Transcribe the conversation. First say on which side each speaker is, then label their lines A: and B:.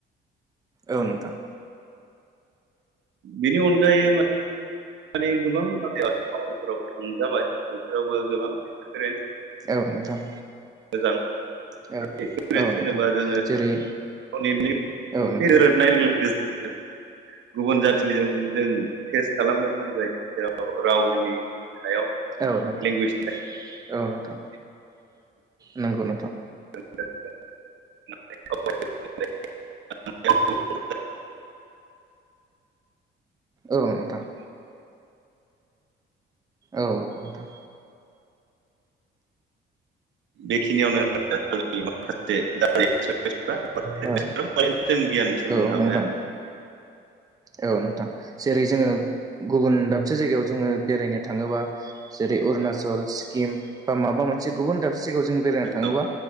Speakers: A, on the right; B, on the right.
A: औ नोंथां।
B: बेनि अनगायै मा माने गोबां माख <unintelligible> टाउनफोराव थांजाबाय बिफोरावबो गोबां एक्सपिरेन्स
A: औ नोंथां।
B: मोजां
A: औ
B: <unintelligible>
A: औ
B: होनोबा
A: नोंथां
B: जोङो
A: जेरै
B: अ' नेटनि
A: औ
B: एसे
A: नोंथां
B: दोरोदनाय लोगो लोगोनो जों गुबुन जाथिजों जों फेस खालामनो गोनां जायो जेराव रावनि सायाव
A: औ नोंथां
B: लेंगुवेजनि
A: औ नोंथां नोंगौ नोंथां।
B: <unintelligible>
A: औ नोंथां। औ नोंथां।
B: बेखिनियावनो <unintelligible> <unintelligible> माखासे <unintelligible> <unintelligible> <unintelligible>
A: औ
B: जों गियान सोलोंनो
A: औ
B: हाबाय
A: नोंथां
B: आरो
A: औ नोंथां जेरै जोङो गुबुन दाबसे जायगायाव जोङो बेरायनो थाङोबा जेरै अरुणाचल सिक्किम बा माबा मोनसे गुबुन दाब से जायगायाव जों बेरायनो
B: नंगौ
A: थाङोबा